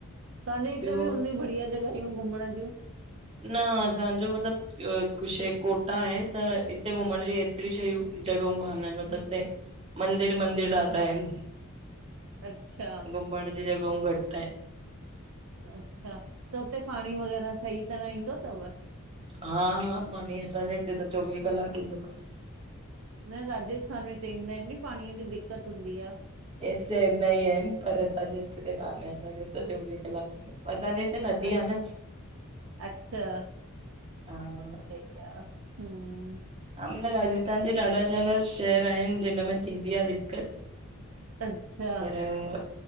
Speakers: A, on the right; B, on the right.
A: तव्हांजे हिते
B: ॿियो
A: बि हूंदियूं बढ़िया जॻहियूं घुमण जूं?
B: न असांजो मतिलबु हिकु शइ कोटा आहे त हिते घुमण जी एतिरी शयूं जॻहियूं कान आहिनि मतिलबु हिते मंदिर, मंदिर ॾाढा आहिन,
A: अच्छा
B: घुमण जी जॻहूं घटि आहिन।
A: अच्छा, त हुते पाणी वग़ैरह सही तरह ईंदो थव?
B: हा, हा पाणी असांजे हिते त चोवीह कलाक ईंदो आ।
A: न राजस्थान में चईंदा आहिनि नी पाणीअ जी दिक्क़त हूंदी आ।
B: हे त चईंदा ई आहिनि पर असांजे हिते त कान्हे असांजे हिते चोवीह कलाक आ असांजे हिते नदी
A: अच्छा
B: आ न,
A: अच्छा
B: हा
A: <unintelligible> हु
B: <unintelligible> राजस्थान जे ॾाढा सारा शेहर, शहर आहिनि जिन में थींदी आ दिक़त।
A: अच्छा।
B: हा।